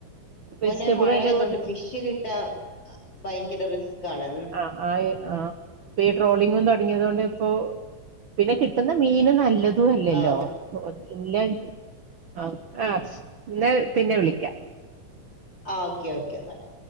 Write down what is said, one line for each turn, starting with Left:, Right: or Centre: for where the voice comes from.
Left: മുന്നെ
Right: വെജിറ്റബിളും
Left: മഴയാത്കൊണ്ട്
Right: അതിന്റെ കൂടെ
Left: ഫിഷ് കിട്ടാൻ ഭയങ്കെരെ റിസ്ക്കാണ്.
Right: അഹ്, അഹ്, ഈ, ആഹ് ഇപ്പയീ ട്രോളിങ്ങും തൊടങ്ങിയതോണ്ട് ഇപ്പോ പിന്നെ കിട്ടുന്നമീനും നല്ലെതും അല്ലല്ലോ
Left: ആ
Right: ഇല്ലെത് ആഹ്, ആഹ് ഇന്ന പിന്നെ വിളിക്കാ.
Left: ആഹ് ഓക്കെ, ഓക്കെന്നാല്.